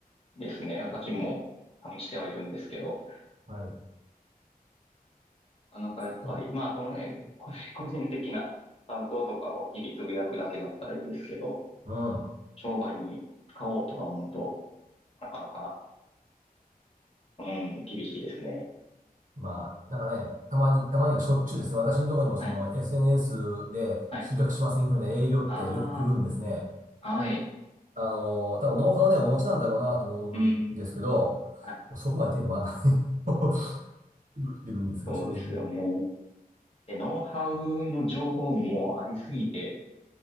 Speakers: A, on the left; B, on the right.
A: いですね。私も試してはいるんですけど、
B: はい。
A: なかなかやっぱり、
B: と、
A: まあ、そのね、個人個人的な感想とかを日々つぶやくだけだったらいいんですけど、
B: うん。
A: 商売に使おうとか思うと、なかなか、うん、厳しいですね。
B: まあ、なんかね、たまに、たまにはしょっちゅうですね。私のところにもその
A: はい、
B: SNS で集客しませんかみたいな営業ってよく来るんですね。
A: はい。ああ、はい。
B: あの、多分ノウハウね、お持ちなんだろうなと思うんですけど、
A: うん、はい。
B: そこまで手回らない。<laughs> 苦労してるんですが、
A: そうですよね。
B: 正直。
A: で、ノウハウの情報もありすぎて、